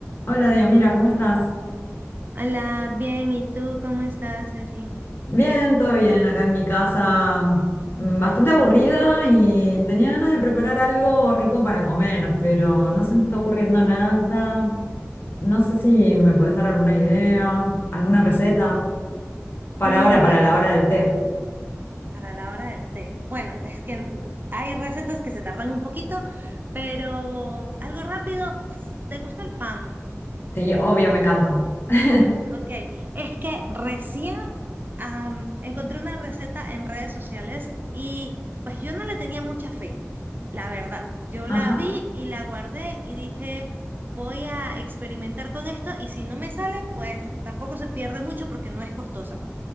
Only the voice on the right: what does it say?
Hola, bien, ¿y tú cómo estás, Ceci?
Mm,
bueno,
para la hora del té. Bueno, es que n- hay recetas que se tardan un poquito, pero algo rápido. ¿Te gusta el pan?
Ok, es que recién am, encontré una receta en redes sociales y pues yo no le tenía mucha fe, la verdad. Yo
la vi y la guardé y dije, voy a experimentar con esto y si no me sale, pues tampoco se pierde mucho porque no es costosa.